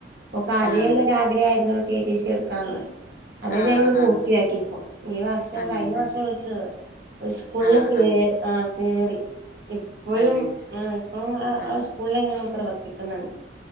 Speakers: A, on the right; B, on the left.
A: ക്ക ആദ്യേ
B: ആഹ്
A: ഉള്ളൊരാഗ്രഹ ആരുന്നു ടിടി സി എടുക്കാാണ് അതതാലും
B: ആഹ്
A: പൂർത്തിയാക്കി
B: ആഹ്
A: ഇപ്പം ഈ വർഷം
B: അന്നെല്ലേ
A: കഴിഞ്ഞ വർഷം വിളിച്ച സ്കൂൾക്ക്
B: ആഹ് ആഹ്
A: കേറി ഇപ്പഴും
B: അന്നെ
A: ഇപ്പ
B: ആഹ്
A: സ്കൂളിൽന്നെയ പ്രവർ ിക്കുന്നുണ്ട്